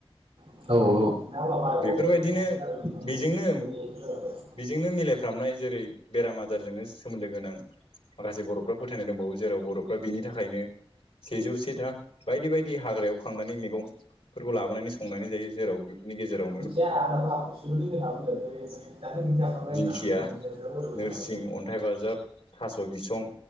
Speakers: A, on the right; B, on the left.
A: औ
B: बेफोरबायदिनो
A: औ
B: बेजोंनो बेजोंनो मिलायफ्रामनाय जेरै बेराम आजारजोंनो सोमोन्दो गोनां माखासे बर'फ्रा फोथायनाय दंबावो जेराव बर'फ्रा बिनि थाखायनो सेजौ से था बायदि बायदि हाग्रायाव खांनानै मैगंफोरखौ लाबोनानै संनानै जायो जेराव बेफोरनि गेजेराव
A: मिथिया <unintelligible> दाखालि खानसे हाबखांबाय
B: दिंखिया
A: आंना ओमफाय <unintelligible>
B: नोरसिं
A: हाबाखै
B: अन्थाइ बाजाब थास' बिसं